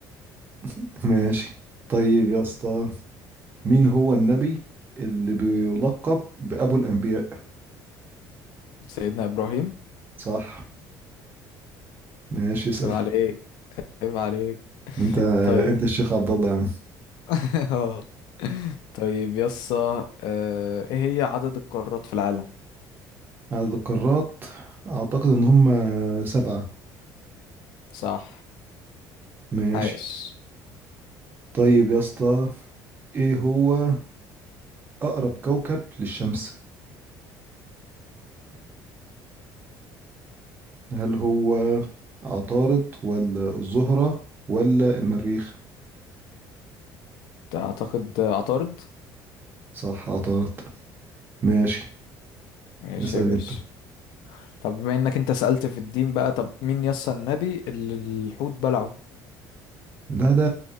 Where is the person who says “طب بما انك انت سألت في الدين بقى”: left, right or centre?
Left